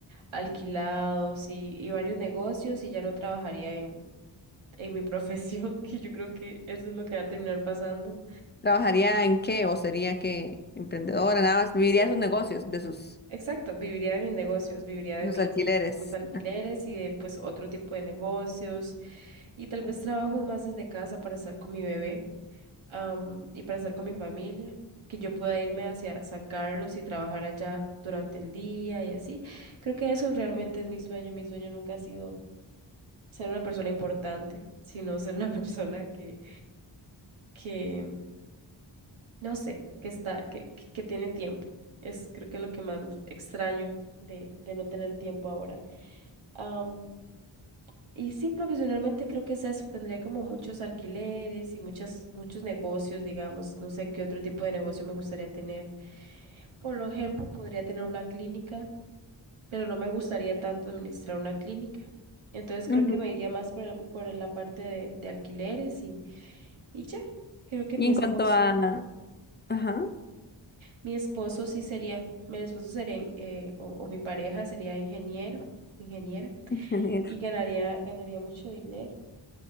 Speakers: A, on the right; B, on the left.
A: alquilados y, y varios negocios y ya no trabajaría en, en mi profesión, <laughs> que yo creo que eso es lo que va a terminar pasando.
B: ¿Trabajaría en qué o sería que emprendedora nada más? Viviría
A: Sí, sí,
B: de sus negocios, de sus,
A: exacto, viviría de mis negocios, viviría de
B: de
A: mis,
B: sus alquileres.
A: mis alquileres y de pues otro tipo de negocios y tal vez trabajos más desde casa para estar con mi bebé. am, y para estar con mi familia, que yo pueda irme hacia San Carlos y trabajar allá durante el día y así. Creo que eso realmente es mi sueño. Mi sueño nunca ha sido ser una persona importante, <laughs> sino ser una <laughs> persona que, que, no sé, que está, que, que que tiene tiempo. Es creo que es lo que más extraño de, de no tener tiempo ahora. Am, y sí, profesionalmente creo que es eso. Tendría como muchos alquileres y muchas, muchos negocios, digamos. No sé qué otro tipo de negocio me gustaría tener. Por ejemplo, podría tener una clínica, pero no me gustaría tanto administrar una clínica. Entonces
B: Ujú.
A: creo que me iría más por, el- por la parte de, de alquileres y, y ya. Creo que
B: Y
A: mi
B: en
A: esposo,
B: cuanto a... Ajá,
A: mi esposo sí sería, mi esposo sería, in- eh, o, o mi pareja sería ingeniero, ingeniera,
B: ingeniero.
A: y ganaría, ganaría mucho dinero.